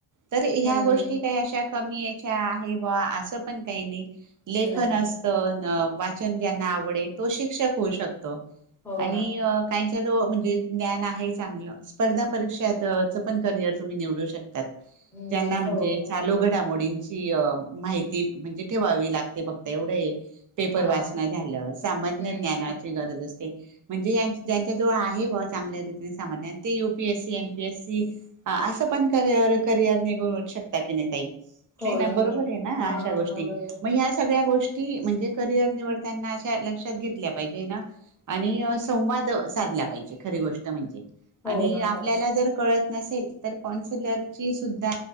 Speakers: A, on the right (about 40°); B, in the centre.
A: तर ह्या
B: हं.
A: गोष्टी काही अशा कमी याच्या आहे बुवा असं पण काही नाही. लेखन
B: नाही.
A: असत अन वाचन ज्यांना आवडेल तो शिक्षक होऊ शकतो.
B: हो
A: आणि
B: ना.
A: काहीच्या तो म्हणजे ज्ञान आहे चांगलं स्पर्धा परीक्षाचं पण करिअर तुम्ही निवडू शकता. त
B: हं.
A: ज्यांना म्हणजे
B: हो, हो.
A: चालू घडामोडीच ची अ माहिती म्हणजे ठेवावी लागते फक्त एवढ ये पेपर
B: हां.
A: वाचन झालं, सामान्य
B: हं,
A: ज्ञानाची
B: हं.
A: गरज अस म्हणजे यांच ज्यांच्या जवळ आहे बुवा चांगल्या रीतीने सामान्य ते युपीएस सी एमपीएस सी असं पण कर करिअर निघून शकता की नाही का नई ताई
B: हो
A: हाय ना
B: हो
A: बरोबर आहे ना
B: हां,
A: अशा गोष्टी
B: हां. बरोबर.
A: मग या सगळ्या गोष् ष्टी म्हणजे करियर निवडताना अशा लक्षात घेतल्या पाहिजे ना आणि संवाद साधल्या पाहिजे खरी गोष्ट म्हणजे. आणि
B: हो ना,
A: आपल्याला
B: हो.
A: जर कळत नसेल तर कन्सलरची सुद्धा